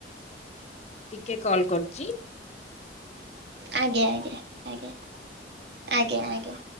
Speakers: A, on the left; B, on the right.
A: ଟିକେ କଲ କରୁଚି।
B: ଆଜ୍ଞା ଆଜ୍ଞା ଆଜ୍ଞା ଆଜ୍ଞା ଆଜ୍ଞା।